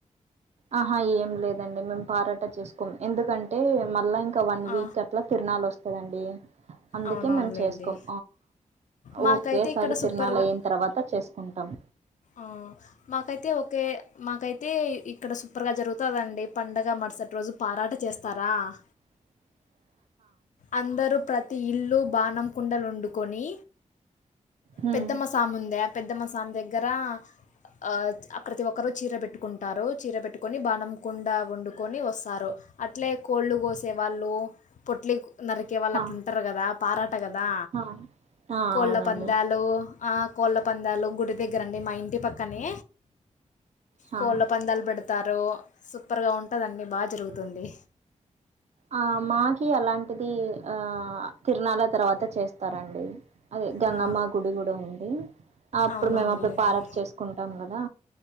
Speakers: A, on the right; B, on the left.
A: ఆహా ఏం లేదండి మేము పారాట చేసుకోం ఎందుకంటే మళ్ళా ఇంకా ఇంక వన్ వీక్
B: ఆ,
A: అట్లా తిరునాల వస్తదండి అందుకే
B: అవునవునులేండి
A: మేము చేసుకోం
B: మాకైతే
A: ఓకేసారి
B: ఇక్కడ సూపర్గా
A: తిరనాల అయిం తర్వాత చేసుకుంటాం
B: ఆ మాకై తే ఓకే మాకైతే ఇక్కడ సూపర్ గా జరుగుతదండి పండగ మరుసటి రోజు పారాట చేస్తారా ఆ
A: <inaudible>
B: అందరూ ప్రతి ఇల్లు బాణం కుండలు వండుకొని
A: హ్మ్
B: పెద్దమ్మ సామి ఉందా ఆ పెద్దమ్మసామి దగ్గర ఆ అక్కడతి ఒక్కరు చీర పెట్టుకుంటారు చీర పెట్టుకొని బాణం కుండ వండుకొని వస్తారు అట్లే కోళ్ళు కోసేవాళ్ళు పొట్లి నరికే వాళ్ళు
A: హా
B: అట్ల ఉంటారు కదా పారాట కదా
A: హా ఆ
B: కోళ్ళ
A: అవునండి
B: పందాలు కోళ్ళ పందాలు గుడి దగ్గరండి మా ఇంటి పక్కనే
A: హా
B: కోళ్ళ పందాలు పెడతారు సూపర్ గా ఉంట దండి బాగా జరుగుతుంది
A: ఆ మాకీ అలాంటిది ఆ తిరునాల తర్వాత చేస్తారండి అదే గంగమ్మ
B: ఆ,
A: గుడి గూడా ఉంది అప్పుడు
B: అవునవునులేండి
A: మేము అప్పుడు పారాట చేసుకుంటాం కదా